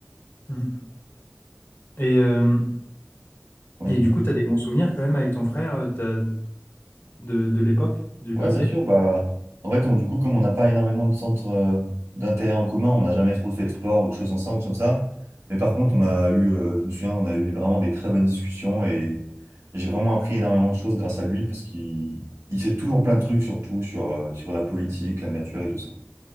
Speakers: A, on the left; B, on the right.
A: Mm. Et, euh,
B: Ouais,
A: et
B: dis
A: du coup, tu as des bons souvenirs quand même avec ton frère euh, t'as- de, de l'époque, du
B: Ouais,
A: passé?
B: bien sûr. Bah, en fait, on- du coup, comme on n'a pas énormément de centres euh, d'intérêt en commun, on n'a jamais trop fait de sport ou de choses ensemble comme ça. Mais par contre, on a eu, euh, je me souviens, on a eu vraiment des très bonnes discussions et j'ai vraiment appris énormément de choses grâce à lui parce qu'il il sait toujours plein de trucs, surtout sur, euh, sur la politique, la nature et tout ça.